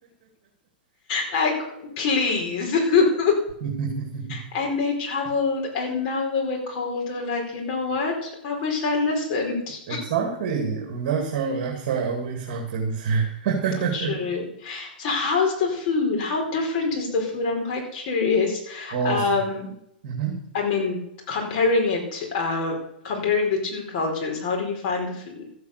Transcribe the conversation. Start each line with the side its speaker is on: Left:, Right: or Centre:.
Left: Like, please. <laughs>
Right: <laughs>
Left: And they traveled, and now that we're cold, they're like, you know what? I wish I listened.
Right: Exactly. That's how that's how it always happens. <laughs>
Left: <laughs> True. So, how's the food? How different is the food? I'm quite curious.
Right: Awesome.
Left: Um,
Right: hmm
Left: I mean, comparing it, uh, comparing the two cultures, how do you find the food?